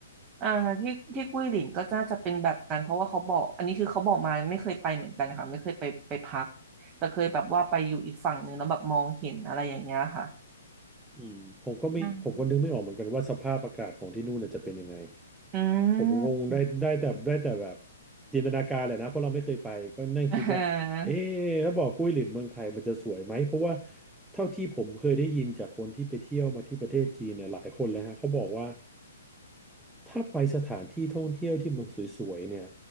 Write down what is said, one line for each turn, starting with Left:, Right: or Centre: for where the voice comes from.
Right: อ่าที่ที่กุ้ยหลินก็น่าจะเป็นแบบนั้นเพราะว่าเขาบอกอันนี้คือเขาบอกมาไม่เคยไปเหมือนกันค่ะไม่เคยไปไปพักแต่เคยแบบว่าไปอยู่อีกฝั่งหนึ่งแล้วแบบมองเห็นอะไรอย่างเงี้ยค่ะ
Centre: อืมผมก็ไม่ผมก็นึกไม่ออกเหมือนกันว่าสภาพอากาศของที่นู่นน่ะจะเป็นยังไง
Right: อ่าอื
Centre: ผมคงได้ได้แต่ได้แต่แบบ
Right: ม
Centre: จินตนาการแหละนะเพราะเราไม่เคยไปก็นั่งคิดว่าเอ๊ะถ้าบอกกุ้ยหลินเมืองไทยมันจะสวยไหมเพราะว่า
Right: <laughs> อ่า
Centre: เท่าที่ผมเคยได้ยินจากคนที่ไปเที่ยวมาที่ประเทศจีนเนี่ยหลายคนแล้วฮะเขาบอกว่าถ้าไปสถานที่ท่องเที่ยวที่มันสวยๆเนี่ย